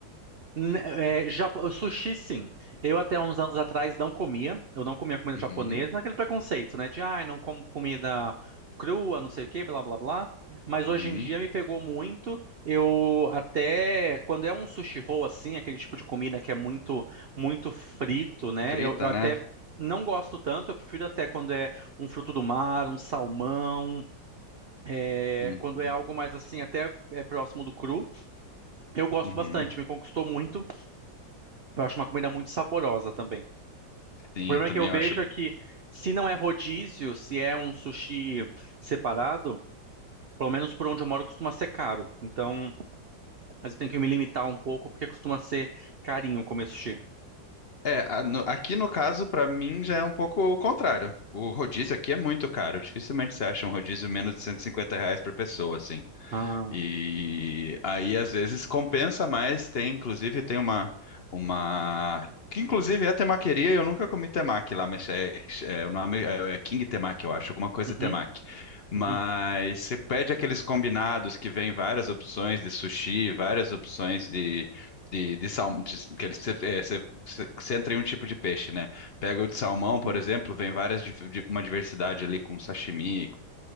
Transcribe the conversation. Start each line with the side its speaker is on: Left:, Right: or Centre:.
Right: N- É, Japo- Sushi, sim. Eu até uns anos atrás não comia. Eu não comia comida
Left: Uhum,
Right: japonesa, naquele preconceito, né? De, ai, não como comida crua, não sei o quê, blá, blá, blá. Mas
Left: uhum.
Right: hoje em dia me pegou muito. Eu até, quando é um sushi roll, assim, aquele tipo de comida que é muito, muito frito, né?
Left: Frita,
Right: Eu, eu até
Left: né?
Right: não gosto tanto. Eu prefiro até quando é um fruto do mar, um salmão, é,
Left: Uhum,
Right: quando é algo mais assim, até é, próximo do cru. Eu gosto
Left: uhum.
Right: bastante, me conquistou muito. Eu acho uma comida muito saborosa também.
Left: Sim,
Right: O problema
Left: eu também
Right: que eu vejo
Left: acho
Right: é que, se não é rodízio, se é um sushi separado, pelo menos por onde eu moro costuma ser caro. Então, mas eu tenho que me limitar um pouco porque costuma ser carinho comer sushi.
Left: É, a- no- aqui no caso, pra mim, já é um pouco o contrário. O rodízio aqui é muito caro. Dificilmente você acha um rodízio menos de 150 reais por pessoa, assim.
Right: Ah.
Left: E aí, às vezes, compensa mais. Tem, inclusive, tem uma, uma... Que, inclusive, é temaqueria e eu nunca comi temaki lá, mas é, é- o nome é, é King Temaki, eu acho, alguma coisa
Right: Uhum,
Left: temaki. Mas
Right: uhum,
Left: você pede aqueles combinados que vem várias opções de sushi, várias opções de... De, de salmão, que eles- você, é, você, você você entra em um tipo de peixe, né? Pega o de salmão, por
Right: sim,
Left: exemplo, vem várias, dif- de- uma diversidade ali com sashimi,